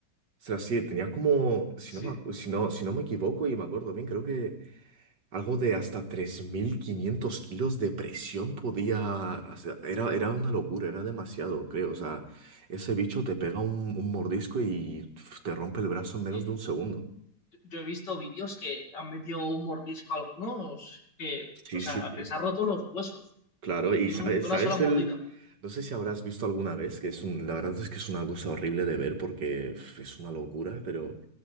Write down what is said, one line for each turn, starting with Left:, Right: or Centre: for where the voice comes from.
Right: tras sí, tenía como, si
Left: Sí,
Right: no me, acu- si no, si no me equivoco y me acuerdo bien, creo que algo de hasta 3.500 kilos de presión podía hacer. Era, era una locura, era demasiado, creo. O sea, ese bicho te pega un, un mordisco y pf, te rompe el brazo en menos
Left: y
Right: de un segundo.
Left: yo he visto vídeos que han metido un mordisco a algunos que,
Right: Sí,
Left: o sea,
Right: sí, sí,
Left: les ha roto los huesos
Right: claro. Y
Left: de,
Right: sabes,
Left: un- de una
Right: sabes
Left: sola mordida.
Right: el, no sé si habrás visto alguna vez, que es un, la verdad es que es una cosa horrible de ver porque uf, es una locura, pero